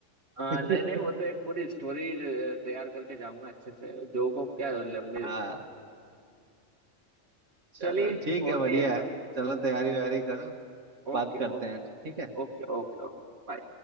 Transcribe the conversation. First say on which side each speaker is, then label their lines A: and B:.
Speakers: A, on the right (about 55°); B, on the right (about 75°).
A: हाँ
B: <laughs>
A: नहीं नहीं वो तो एक पूरी स्टोरी तैयार करके जाऊंगा अच्छे से जो को क्या लंबी
B: हाँ चलो
A: चलिए
B: ठीक
A: होती
B: है बढ़िया
A: है फिर
B: है चलो तैयारी वैयारी करो
A: Okay
B: बात करते
A: okay
B: हैं ठीक है
A: okay okay okay